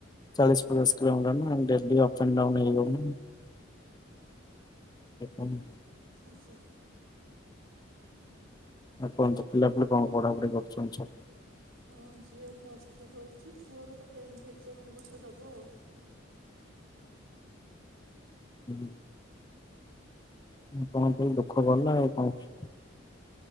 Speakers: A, on the left; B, on the right.
A: ଚାଳିଶ୍ ପଚାଶ୍ କିଲୋମିଟର୍ ନା ଡେଲି ଅପ୍ ଆଣ୍ଡ ହେଇ ହୋଉନି। <unintelligible>
B: ଆସେ
A: ଆଉ କୁହନ୍ତୁ ପିଲା ପିଲି କଣ ପଢ଼ା ପଢ଼ି କରୁଛନ୍ତି ସବୁ?
B: ହଁ ଝିଅ ପ୍ଲସ୍ ଥ୍ରୀ କରୁଚି ପୁଅର ତ ଟେନ୍ଥ୍ ଏଗ୍ଜାମ୍ ଏ ବର୍ଷ ଦବ ଆଉ।
A: ହୁଁ। ଆପଣଙ୍କ ଦୁଃଖ ଗଲା ଆଉ କଣ।